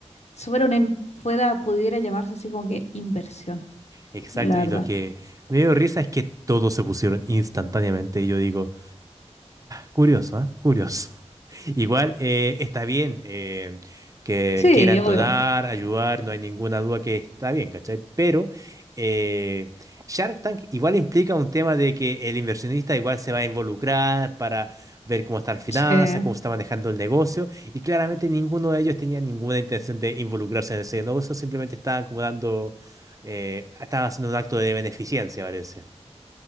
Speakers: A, on the left (about 65°); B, on the right (about 30°).
A: fuera una em- fuera, pudiera llamarse así como que inversión,
B: exacto.
A: la
B: Y
A: verdad.
B: lo que me dio risa es que todos se pusieron instantáneamente. Y yo digo... Curioso, ¿eh? Curioso. <laughs> Igual eh, está bien eh, que
A: Sí,
B: quieran
A: obvio.
B: donar, ayudar, no hay ninguna duda que está bien, ¿cachai? Pero eh, Shark Tank igual implica un tema de que el inversionista igual se va a involucrar para ver cómo están las finanzas,
A: Sí.
B: cómo se está manejando el negocio, y claramente ninguno de ellos tenía ninguna intención de involucrarse en ese negocio, simplemente estaban como dando, eh, estaban haciendo un acto de beneficencia, parece.